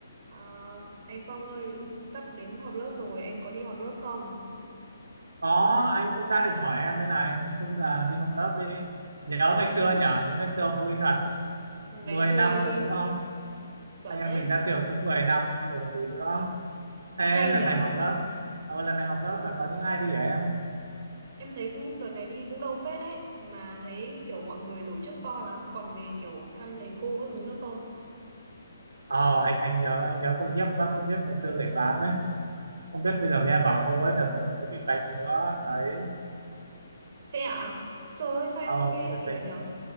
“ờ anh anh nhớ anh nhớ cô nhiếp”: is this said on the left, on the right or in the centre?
Right